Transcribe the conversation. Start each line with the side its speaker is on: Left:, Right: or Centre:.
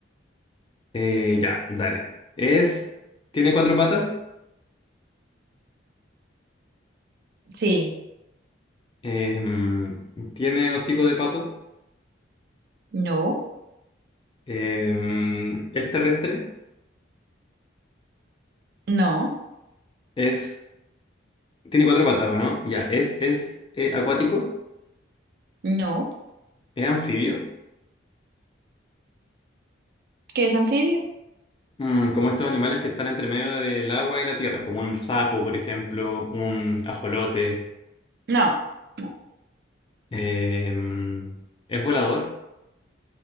Left: Eh, ya, dale. Es... Tiene cuatro patas.
Right: Sí.
Left: em, tiene hocico de pato.
Right: No,
Left: em, es terrestre.
Right: no.
Left: Es... Tiene cuatro patas, ¿o no? Ya, es, es eh, acuático.
Right: No,
Left: Es anfibio.
Right: ¿qué es anfibio?
Left: mm, como estos animales que están entre medio del agua y la tierra, como un sapo, por ejemplo, un ajolote.
Right: No, no,
Left: em, es volador.